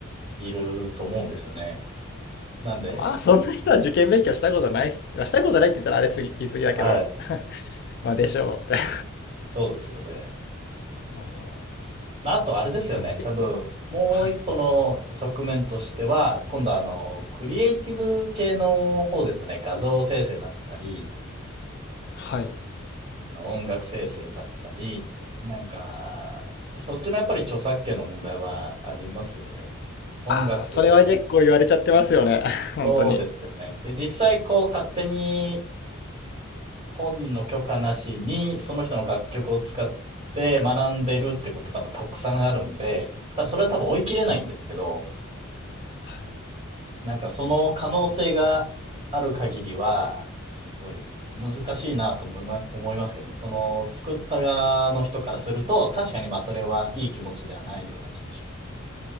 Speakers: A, on the right; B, on the left.
A: いると思うんですよね。なんで、
B: まあ、そんな人は受験勉強したことない。まあしたことないって言ったらあれすぎ、言い過ぎだけど、
A: はい。
B: まあでしょうって。
A: そうですよね。
B: そ
A: まあ、あとあれですよね。
B: うでも、け
A: 多分、もう一個の側面としては、
B: はい。
A: 今度はあの、クリエイティブ系の方ですよね。画像生成だったり、
B: はい。
A: あの音楽生成だったり、なんか、そっちのやっぱり著作権の問題はありますよね。音楽、
B: ああ、それは結構言われちゃってますよね。<laughs> 本当に。
A: そうですよね。で、実際こう勝手に本人の許可なしに、その人の楽曲を使って学んでるってこと多分たくさんあるんで、ただそれは多分追い切れないんですけど、
B: はい。はい。
A: なんかその可能性がある限りは、すごい難しいなと思いま、思いますけどね。その作った側の人からすると、確かにまあそれはいい気持ちではないような気もしますけ